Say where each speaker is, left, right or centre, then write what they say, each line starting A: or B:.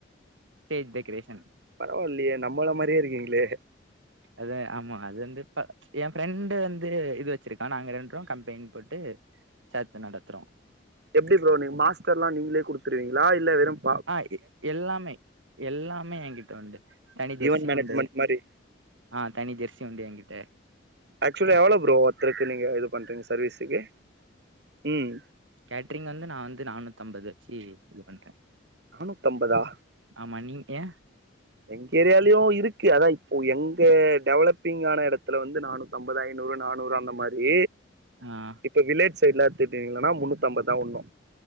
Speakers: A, on the right; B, on the right.
A: ஸ்டேஜ் டெக்கரேஷன்
B: பரவால்லையே நம்மள மாதிரியே இருக்கீங்ளே
A: அதா ஆமா அது வந்து க எயா ஃப்ரெண்டு வந்து இது வெச்சிருக்கா நாங்க ரெண்ரோ கம்பைன் போட்டு சேத்து நடத்துறோ
B: எப்டி ப்ரோ நீ மாஸ்டர்லா நீங்ளே குடுத்துருவீங்ளா இல்ல வெறும்
A: ஆ எல்லாமே எல்லாமே என்கிட்ட உண்டு தனி ஜெர்சி
B: ஈவென்ட் மேனேஜ்மெண்ட்
A: உண்டு
B: மாரி
A: ஆ தனி ஜெர்சி உண்டு எயா கிட்ட
B: ஆக்சுவலா எவ்ளோ ப்ரோ ஒத்தருக்கு நீங்க இது பண்றீங்க சர்வீஸ்சுக்கு ம்
A: கேட்டரிங் வந்து நா வந்து நானூத்தி ஐம்பது வெச்சி இது பண்றே
B: நானுத் தம்பதா
A: ஆமா நீங்க
B: எங்க ஏரியாலயு இருக்கு அதா இப்போ எங்க டெவலப்பிங் ஆன எடத்துல வந்து நானு அம்பது ஐநூறு நானூறு அந்த மாரி
A: ஆ
B: இப்ப வில்லேஜ் சைடுலா எடுத்துட்டீங்கன்னா முன்னூத்த ம்பதுதா உட்னு